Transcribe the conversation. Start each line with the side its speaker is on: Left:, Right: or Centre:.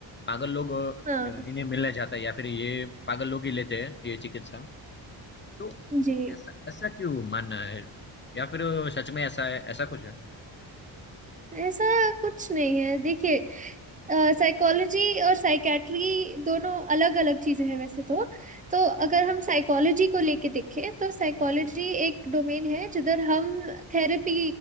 Left: पागल लोग अ,
Right: हाँ
Left: इन्हें मिलने जाता है या फिर ये पागल लोग ही लेते हैं ये चिकित्सा तो
Right: जी
Left: ऐसा ऐसा क्यों मानना है या फिर सच में ऐसा है ऐसा कुछ है
Right: ऐसा कुछ नहीं है देखिए साइकोलॉजी और साइकेट्री दोनों अलग अलग चीजें हैं वैसे तो तो
Left: जी
Right: अगर हम साइकोलॉजी को लेके देखें तो साइकोलॉजी
Left: जी
Right: एक डोमेन है जिधर हम थेरेपी